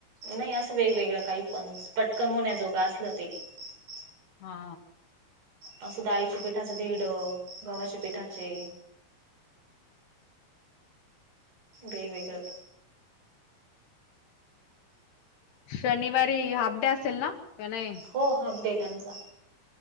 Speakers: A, on the right (about 75°); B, on the left (about 80°).
A: नाही असं वेगवेगळं काही पण पटकन <inaudible>
B: हा!
A: असं डाळीच्या पिठाचं दिरड, गव्हाचे पिठाचे, वेगवेगळ,
B: शनिवारी हाफ डे असेल ना? का नाही
A: हो हाफ डे त्यांचा.